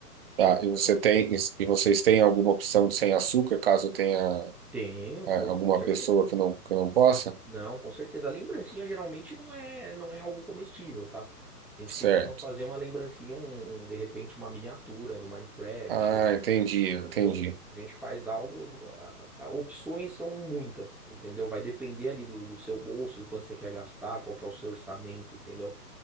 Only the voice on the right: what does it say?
Tá,
e você tem, e vocês têm alguma opção de sem açúcar, caso tenha
a-
alguma
pessoa que não, que não possa?
Certo.
Ah, entendi, entendi,